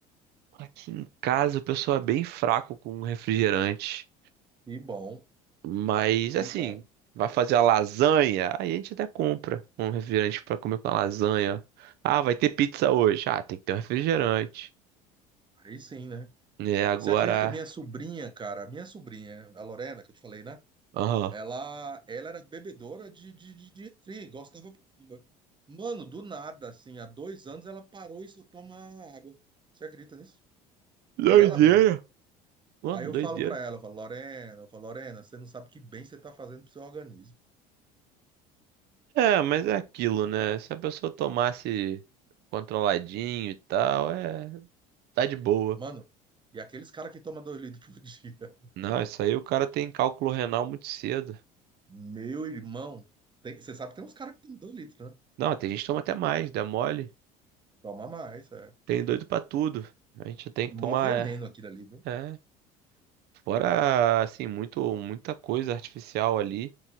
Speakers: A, on the right (about 60°); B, on the right (about 25°).
A: Aqui em casa o pessoal é bem fraco com refrigerante,
B: e bom,
A: mas assim,
B: e bom.
A: vai fazer a lasanha, aí a gente até compra um refrigerante pra comer com a lasanha. Ah, vai ter pizza hoje. Ah, tem que ter um refrigerante.
B: Aí sim, né?
A: É, agora.
B: Você acredita que a minha sobrinha, cara, a minha sobrinha, a Lorena, que eu te falei, né?
A: Aham.
B: Ela, ela era bebedora de, de, de, de refri, gostava pra caramba. Mano, do nada, assim, há dois anos ela parou e só toma água. Você acredita nisso?
A: Doideira.
B: Por ela mesma.
A: Ó,
B: Aí eu
A: doideira.
B: falo pra ela, eu falo, Lorena, eu falo, Lorena, você não sabe que bem você tá fazendo pro seu organismo.
A: É, mas é aquilo, né? Se a pessoa tomasse controladinho e tal, é. Tá de boa.
B: Mano, e aqueles caras que tomam dois litros <laughs> por dia.
A: Não, isso aí o cara tem cálculo renal muito cedo.
B: Meu irmão, tem- você sabe que tem uns caras que tem dois litros, né?
A: Não, tem gente que toma até mais, dá mole.
B: Toma mais, é.
A: Tem doido
B: é.
A: pra tudo. A gente tem que tomar.
B: Mó veneno aquilo ali, viu?
A: É, é, fora,
B: É.
A: assim, muito, muita coisa artificial ali.